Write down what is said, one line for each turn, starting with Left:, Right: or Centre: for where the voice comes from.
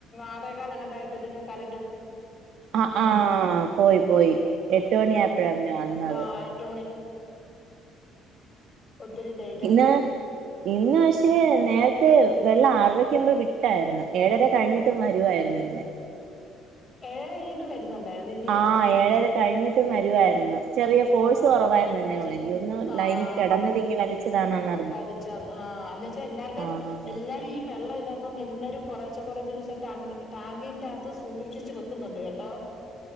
Left: ആറേക്കാല എങ്ങാണ്ടായിപ്പ ഇതിന്റെ കലറു
Right: ആഹ് ആഹ് പോയി പോയി എട്ട് മണി ആയപ്പോഴ പിന്നെ വന്നത്
Left: ആഹ് എട്ട് ഒത്തിരില്ല
Right: പിന്ന ഇന്ന് പക്ഷേ നേരത്തെ വെള്ളം ആറരയ്ക്കുമ്പ് വിട്ടായിരുന്നു ഏഴര കഴിഞ്ഞിട്ടും വരുവായിരുന്നു പിന്നെ
Left: <unintelligible> വരുന്നുണ്ടായിരുന്നു അല്ലേ
Right: ആഹ് ഏഴരെ കഴിഞ്ഞിട്ട് വരുവായിരുന്നു ചെറിയ ഫോഴ്സ്
Left: ആഹ്
Right: കുറവായിരുന്നു
Left: സ്പോർട്സ്
Right: തന്നേ ഉള്ളൂ എനിക്ക് തോന്ന്
Left: ആഹ്
Right: ലൈനി കെടന്നതിങ്ങെ വലിച്ചതാണെന്ന
Left: വലിച്ച ആഹ് എന്നന്ന് വെച്ചാൽ എല്ലാരുടെ
Right: ആഹ്
Left: എല്ലാരും ഈ വെള്ളംമില്ലാത്തെ അതൊണ്ട് എല്ലാരും കുറച്ചെ കുറച്ചെ ദിവസം ടാ ടാങ്കിന്റെകത്ത് സൂക്ഷിച്ച് വെക്കുന്നുണ്ട് കേട്ടോ